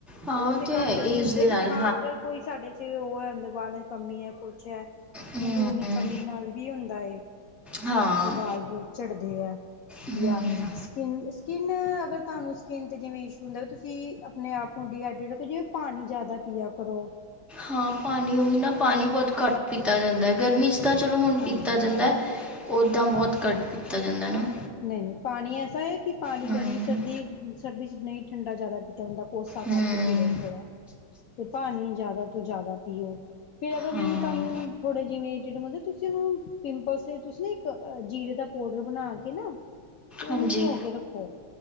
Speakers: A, in the centre; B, on the left.
A: ਹਾਂ
B: ਉਹ ਤੇ
A: ਤਾਂ
B: ਘੱਟ
A: ਹੈ
B: ਨਹੀਂ
A: ਏਜ
B: ਹੁੰਦੇ,
A: ਦੇ ਨਾਲ
B: ਬਟ ਹਾਂ ਅਗਰ ਕੋਈ ਸਾਡੇ 'ਚ ਉਹ ਹੈ ਬਾਲਾਂ 'ਚ ਕਮੀ ਹੈ ਕੁਛ ਹੈ,
A: ਹੂੰ
B: ਅੰਦਰੂਨੀ ਕਮੀ ਨਾਲ ਵੀ ਹੁੰਦਾ।
A: ਹਾਂ
B: ਕਿ ਵਾਲ ਬੂ ਝੜਦੇ ਹੈ
A: ਹਮ,
B: ਜਾਂ, ਸਕੀਨ, ਸਕਿਨ ਅਗਰ ਤੁਹਾਨੂੰ ਸਕਿਨ ਤੇ ਜਿਵੇਂ ਇਸ਼ੂ ਹੁੰਦਾ ਤੁਸੀਂ ਆਪਣੇ ਆਪ ਨੂੰ ਡੀਹਾ ਡਰੇਟ, ਜਿਵੇਂ ਪਾਣੀ ਜਿਆਦਾ ਪੀਆ ਕਰੋ।
A: ਹਾਂ ਪਾਣੀ ਉਹ ਵੀ ਨਾ ਪਾਣੀ ਬਹੁਤ ਘੱਟ ਪੀਤਾ ਜਾਂਦਾ, ਗਰਮੀ 'ਚ ਤਾਂ ਚਲੋ ਹੁਣ
B: ਹਾਂਜੀ
A: ਪੀਤਾ ਜਾਂਦਾ।
B: ਹਾਂਜੀ
A: ਉੱਦਾਂ ਬਹੁਤ ਘੱਟ ਪੀਤਾ ਜਾਂਦਾ ਨਾ।
B: ਨਹੀਂ ਨਹੀਂ ਪਾਣੀ ਐਸਾ ਹੈ, ਕਿ ਪਾਣੀ
A: ਹਮ,
B: ਗਰਮੀ ਸਰਦੀ ਸਰਦੀ 'ਚ ਨਹੀਂ ਠੰਡਾ ਜ਼ਿਆਦਾ ਪੀਤਾ ਹੁੰਦਾ, ਬੰਦਾ ਕੋਸਾ
A: ਹਮ,
B: ਕਰਕੇ ਪੀ ਲਏ ਥੋੜ੍ਹਾ ਤੇ ਪਾਣੀ ਜ਼ਿਆਦਾ ਤੋਂ ਜ਼ਿਆਦਾ ਪੀਓ। ਫੇਰ ਅਗਰ
A: ਹਾਂ
B: ਜਿਵੇਂ ਤੁਹਾਨੂੰ ਥੋੜੇ ਜਿਵੇਂਿਡੁੰਦੇ ਤੁਸੀਂ ਉਹਨੂੰ ਪਿੰਪਲਸ ਦੇ ਤੁਸੀਂ। ਜੀਰੇ ਦਾ ਪਾਊਡਰ ਬਣਾ ਕੇ- ਨਾ ਤੇ ਉਹਨੂੰ
A: ਹਾਂਜੀ
B: ਭਿਓ ਕੇ ਰੱਖੋ